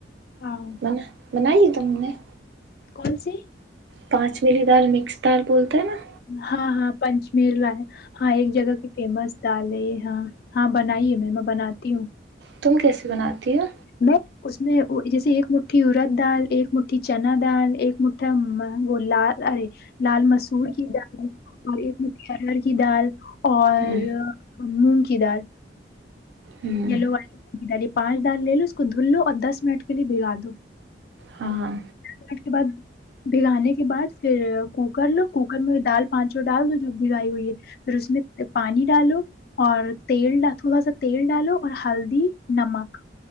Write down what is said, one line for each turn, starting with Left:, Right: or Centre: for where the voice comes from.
Left: ہاں
Right: م نے <inaudible> بنائی ہے تم نے <unintelligible>
Left: کون سی <unintelligible>
Right: پانچ ملی دار مکس دار بولتا ہے نا <unintelligible>
Left: ہاں ہاں پنچمیل ہے ہاں ایک جگہ کی فیمس دال ہے یہ ہاں ہاں بنائیے میں میں بناتی ہوں <unintelligible>
Right: تم کیسے بناتی ہو
Left: میں اس میں جیسے ایک مٹھی ارد دال ایک مٹھی چنا دال ایک مٹھا وہ لال ارے لال مسور کی لال م اور ایک مرور کی دال اور
Right: ہوں
Left: مون کیی دال
Right: ہوں
Left: <unintelligible> یہلو <unintelligible> ڈال پچ ڈال لے لو اس کو دھل لو اور دس منٹ کے لیے بگا دو
Right: ہاں
Left: اسٹ کے بعد <unintelligible> بھگانے کے بعد پھر کوکر لو کوکر میں دال پانچوں ڈال دو جب بگائی ہوئی ہے پھر اس میں پانی ڈالو اور تیل ڈال تھوڑا سا تیل ڈالو اور ہلدی نمک